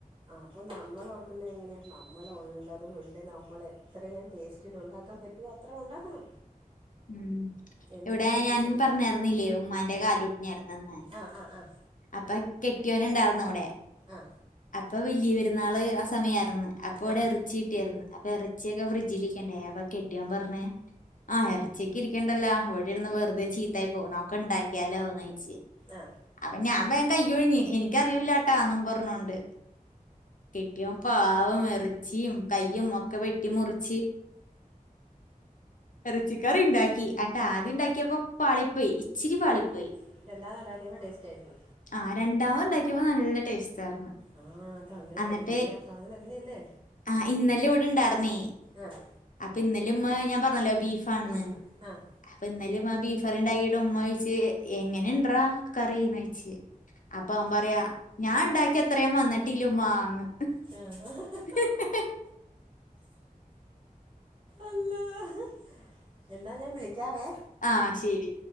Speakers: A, on the right; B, on the left.
A: അപ്പം നമ്മൾ ഓർക്കുന്നത് എങ്ങനെയാ നമ്മള് ഉള്ള കൊണ്ട് നമ്മൾ എത്രയും ടേസ്റ്റിന് ഉണ്ടാക്കാൻ പറ്റോ അത്ര ഉണ്ടാക്കണം.
B: ഉം
A: എൻ്റെ
B: ഇവിടെ
A: ഒരു മൈൻഡ്
B: ഞാൻ
A: വെച്ചത്
B: പറഞാഴിരുന്നില്ലേ ഉമ്മാന്റെ കാലുഒടിഞ് കിടന്ന അന്ന്.
A: ആഹ്‌ ആഹ്‌ ആഹ്
B: അപ്പൊ കെട്ടിയോന്ണ്ടായിർന്ന് അവ്ടെ
A: ആഹ്‌
B: അപ്പൊ വലിയ പെരുന്നാള് ആ സമയായിരുന്നു. അപ്പൊ ഇവിടെ
A: ആഹ്
B: എർച്ചിട്ടിയായിരുന്നു അപ്പൊ എർച്ചിയൊക്കെ ഫ്രിഡ്ജിലിരിക്കണ്ടേ അപ്പൊ കെട്ടിയോം പർഞ് ആഹ് എർ ച്ചിക്ക് ഇരിക്കണ്ടല്ലോ അവിടെ ഇരുന്ന് വെറുതെ ചീത്തായി പോകും നമുക്ക് ഉണ്ടാക്കിയാലോന്നൊയ്‌ച്ച്
A: ആഹ് ആഹ്
B: അപ്പം ഞാൻ വേം കയ്യൊഴിഞ്ഞ് എനിക്കറിയുലാട്ടാ ന്നും പർഞ്ഞൊണ്ട് കെട്ടിയോം പാവം എർച്ചിയും കയ്യും ഒക്കെ വെട്ടി മുറിച്ച് എറച്ചിക്കറിണ്ടാക്കി ന്നട്ട് ആദ്യം ഇണ്ടാക്കിയപ്പോ പാളി പ്പേയ് ഇച്ചിരി
A: ര
B: പാളിപ്പോയി
A: രണ്ടാമത് ഇണ്ടാക്കിയപ്പൊ ടേസ്റ്റ് ആയിരുന്നു
B: ആ രണ്ടാമത് ഇണ്ടാക്കിയപ്പോ നല്ല ടേസ്റ്റ് ആയിരുന്നു
A: ആ അത അങ്ങനെയല്ലാ
B: എന്നിട്ട്
A: സാധനം അങ്ങനെയല്ലേ
B: ആ ഇന്നലെ വിടെ ഇണ്ടായിർന്നേ
A: ആഹ്
B: അപ്പൊ ഇന്നലും മ്മ ഞാൻ പർഞ്ഞല്ലോ ബീഫാണെന്ന്.
A: ആഹ് ആഹ്
B: അപ്പൊ ന്നലിം ആ ബീഫറിണ്ടായിട്ട് ഉമ്മ ഒയിച്ച് എങ്ങനെ ഇണ്ടറാ കറിന്ന യ്‌ച് അപ്പ അവം പറയാ ഞാൻ ഇണ്ടാക്കിയത്രയും വന്നിട്ടില്ലമ്മാന്ന്
A: ആഹ്
B: <unintelligible>
A: അല്ലാഹ്. എന്നാ ഞാൻ വിളിക്കാവേ
B: ആഹ് ശെരി